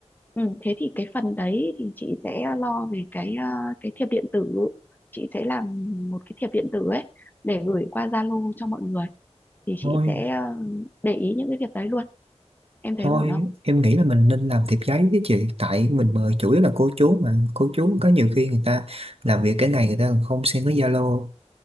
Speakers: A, on the left (about 15°); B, on the right (about 55°).
A: Ừ, thế thì cái phần đấy thì chị sẽ lo về cái ờ, cái thiệp điện tử chị sẽ làm một cái thiệp điện tử ấy để gửi qua Zalo cho mọi người thì chị
B: thôi
A: sẽ ờ, để ý những cái việc đấy luôn em thấy
B: Thôi
A: ổn không
B: em nghĩ là mình nên làm thiệp giấy với chị Tại mình mời chủ yếu là cô chú mà Cô chú có nhiều khi người ta làm việc cái ngày Người ta còn không xem với Zalo